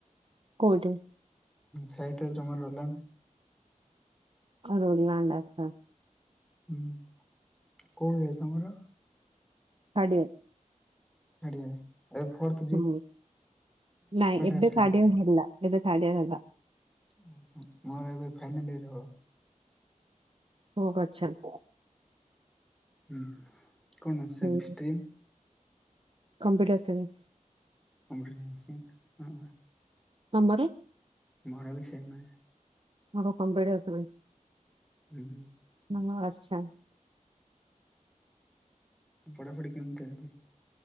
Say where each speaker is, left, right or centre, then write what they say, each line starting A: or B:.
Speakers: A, on the right; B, in the centre.
A: କଉଠେ?
B: ସାଇଟି ରେ ଜମା ରହିଲାନି।
A: ଅ ରଳିଆଣ୍ଡାସ <unintelligible>
B: ହୁଁ କୋଉ ଇଏ ତମର?
A: Third year.
B: ଥାର୍ଡ ଇୟର ଏବେ ଫୋଥ?
A: ହୁଁ ନାଇଁ ଏବେ
B: ଆସିଲା
A: ଥାର୍ଡ ଇୟର ହେଲା ଏବେ ଥାର୍ଡ ଇୟର ହେଲା।
B: ଉଁ ହୁଁ ମୋର ଏବେ ଫାଇନିୟଲିଇ ହବ।
A: ହୋ ଗଛନ୍।
B: ହୁଁ କଣ ସେ
A: ହୁଁ
B: ଷ୍ଟ୍ରିମ୍?
A: Computer science.
B: କମ୍ପଟ ଜନ୍ସି ନ <unintelligible>
A: ତମର?
B: ମୋର ବି ସେମ୍।
A: ମୋର କମ୍ପ୍ୟୁଟର ସାଇନ୍ସ।
B: ହୁଁ।
A: ନଙ୍ଗ ଅର୍ଛା <unintelligible>
B: ପଢାପଢି କେମିତି ଚାଲିଚି?